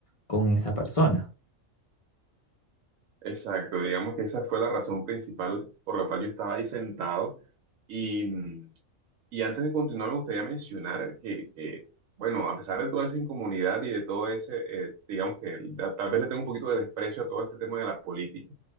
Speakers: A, on the left; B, on the right.
A: con esa persona.
B: Exacto, digamos que esa fue la razón principal por la cual yo estaba ahí sentado. Y, mm, y antes de continuar, me gustaría mencionar que, que, bueno, a pesar de toda esa incomunidad y de todo ese, eh, digamos que da- tal vez le tengo un poquito de desprecio a todo este tema de la política,